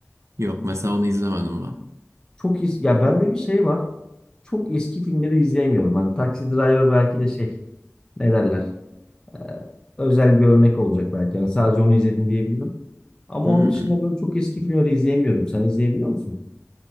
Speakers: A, on the right (about 70°); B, on the left (about 15°).
A: Yok mesela onu izlemedim ben.
B: Çok eski. Ya bende bir şey var. Çok eski filmleri izleyemiyorum. Hani Taxi Driver belki de şey ne derler. Ee, Özel bir örnek olacak belki. Yani sadece onu izledim diyebilirim. Ama
A: Hı hı.
B: onun dışında böyle çok eski filmleri izleyemiyorum. Sen izleyebiliyor musun?